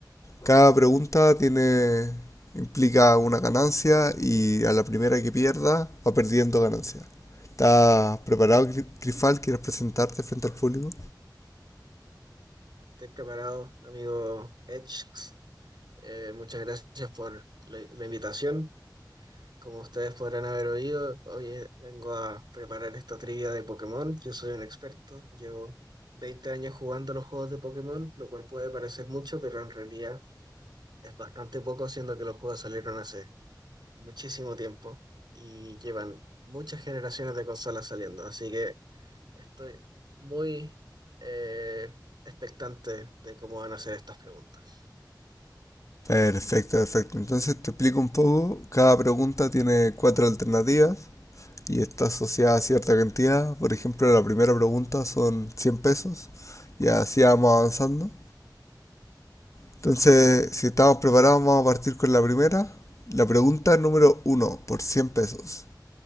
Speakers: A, on the left; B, on the right.
A: Cada pregunta tiene, implica una ganancia y a la primera que pierda va perdiendo ganancia. ¿Estás preparado, Gri- Grifal? ¿Quieres presentarte frente al público?
B: Estoy preparado, amigo Edge. Eh, muchas gracias por la, la invitación. Como ustedes podrán haber oído, hoy vengo a preparar esta trivia de Pokémon. Yo soy un experto, llevo 20 años jugando los juegos de Pokémon, lo cual puede parecer mucho, pero en realidad es bastante poco, siendo que los juegos salieron hace muchísimo tiempo y llevan muchas generaciones de consolas saliendo. Así que estoy muy eh, expectante de cómo van a ser estas preguntas.
A: Perfecto, perfecto. Entonces te explico un poco. Cada pregunta tiene cuatro alternativas y está asociada a cierta cantidad. Por ejemplo, la primera pregunta son 100 pesos y así vamos avanzando. Entonces,
B: Perfecto.
A: si estamos preparados, vamos a partir con la primera. La pregunta número uno, por 100 pesos.